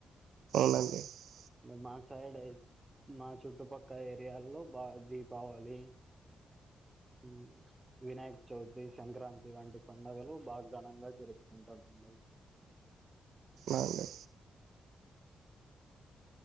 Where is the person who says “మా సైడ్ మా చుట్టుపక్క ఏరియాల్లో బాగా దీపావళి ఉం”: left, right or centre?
Right